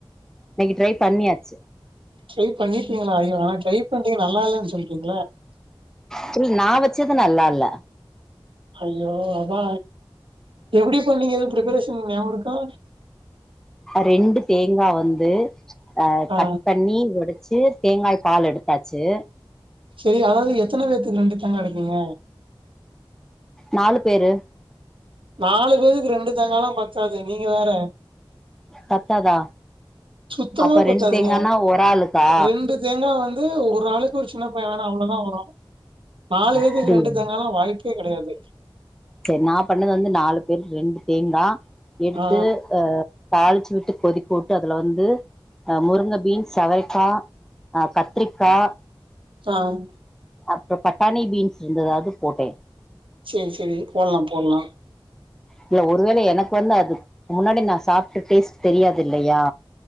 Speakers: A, in the centre; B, on the right.
A: இன்னைக்கு ட்ரை பண்ணியாச்
B: ட்ரை பண்ணிட்டிங்களா ஐயோ ஆனா ட்ரை பண்ணி நல்லா இல்லன்னு சொல்லிட்டிங்களே
A: த்ரு நா வச்சது நல்லா இல்ல
B: ஐயோ அதா எப்டி பண்ணீங்க எதுவும் ப்ரிபரேஷன் நியாபகம் இருக்கா
A: ரெண்டு தேங்காய் வந்து அஹ
B: ஆ
A: கட் பண்ணி எடுத் தேங்காய் பால் எடுத்தாச்சு
B: சரி அதாவது எத்தன பேத்துக்கு ரெண்டு தேங்கா எடுப்பீங்க
A: நாலு பேரு
B: நாலு பேத்துக்கு ரெண்டு தேங்காலாம் பத்தாது நீங்க வேற
A: பத்தாதா
B: சுத்தமா
A: அப்ப
B: பத்தாதுங்க
A: ரெண்டு தேங்கான்னா ஒரு ஆளுக்கா
B: ரெண்டு தேங்கா வந்து ஒரு ஆளுக்கு ஒரு சின்ன பையன் வேணா அவ்ளோ தா வரொ நாலு பேத்துக்கு
A: அப்டியா
B: ரெண்டு தேங்காலா வாய்ப்பே கிடையாது
A: சரி நா பண்ணது வந்து நாலு பேருக்கு ரெண்டு தேங்கா எடுத்து
B: ஆ
A: அ தாளிச்சு விட்டு கொதிக்க விட்டு அதுல வந்து அ முருங்க பீன்ஸ் செவைக்கா ஆஹ் கத்ரிக்கா
B: ஆஹ்
A: அப்புறம் பட்டானி பீன்ஸ் இருந்தது அது போட்டே
B: சரி சரி போடலாம் போடலாம்
A: இல்ல ஒருவேளை எனக்கு வந்து அது முன்னாடி நா சாப்ட டேஸ்ட் தெரியாது இல்லையா